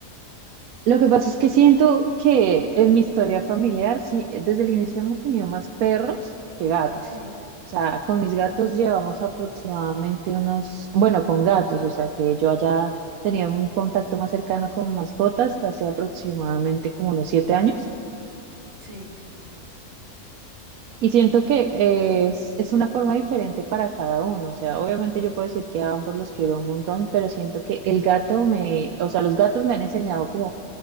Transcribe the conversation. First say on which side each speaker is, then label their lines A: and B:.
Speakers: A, on the right; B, on the right.
A: Lo que pasa es que siento que en mi historia familiar, sí, desde el
B: Sí,
A: inicio hemos tenido más perros que gatos.
B: sí,
A: O sea, con mis gatos llevamos aproximadamente unos, bueno, con gatos, o sea, que yo haya tenido un contacto más cercano con mascotas hace aproximadamente como unos siete años.
B: sí.
A: Y siento que eh, es, es una forma diferente para cada uno. O sea, obviamente yo puedo decir que a ambos los quiero un montón, pero siento que el gato me, o sea, los gatos me han enseñado como